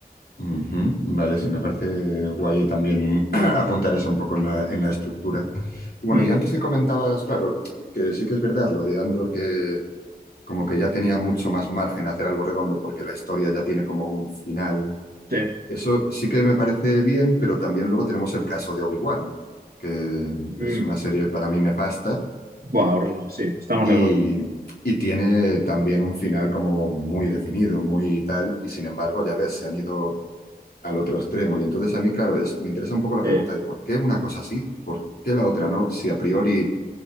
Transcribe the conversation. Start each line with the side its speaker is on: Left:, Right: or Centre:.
Left: ujú. Vale, sí, me parece guay también <clears throat> apuntar eso un poco en la, en la estructura. Y bueno,
Right: Mm,
Left: y antes que comentabas, claro, que sí que es verdad lo de Andor, que como que ya tenía mucho más margen a hacer algo redondo porque la historia ya tiene como un final.
Right: sí.
Left: Eso sí que me parece bien, pero también luego tenemos el caso de Obi-Wan, que
Right: Mm.
Left: es una serie para mí nefasta
Right: Buah, horrible, sí, estamos
Left: y,
Right: de acuerdo.
Left: y tiene también un final como muy definido, muy tal, y sin embargo, ya ves, se han ido al otro extremo. Y entonces a mí, claro, es, me interesa un poco la
Right: Sí,
Left: pregunta de por qué una cosa sí, por qué la otra no, si a priori